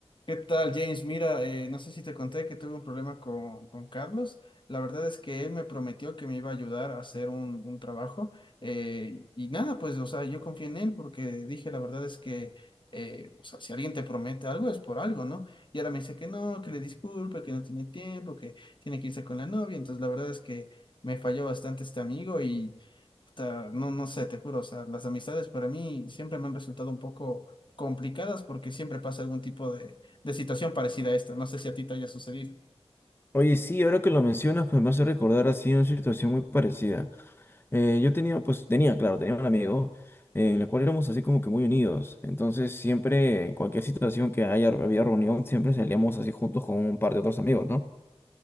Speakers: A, on the left; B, on the left.
A: ¿Qué tal, James? Mira, eh, no sé si te conté que tuve un problema con, con Carlos. La verdad es que él me prometió que me iba a ayudar a hacer un, un trabajo. eh, y nada, pues, o sea, yo confié en él porque dije, la verdad es que, eh, o sea, si alguien te promete algo es por algo, ¿no? Y ahora me dice que no, que le disculpe, que no tiene tiempo, que tiene que irse con la novia. Entonces, la verdad es que me falló bastante este amigo y, puta, no, no sé, te juro, o sea, las amistades para mí siempre me han resultado un poco complicadas porque siempre pasa algún tipo de de situación parecida a esta. No sé si a ti te haya sucedido.
B: Oye, sí, ahora que lo mencionas, pues me hace recordar así una situación muy parecida. Eh, yo tenía, pues tenía, claro, tenía un amigo eh, en el cual éramos así como que muy unidos. Entonces siempre, en cualquier situación que haya, había reunión, siempre salíamos así juntos con un par de otros amigos, ¿no?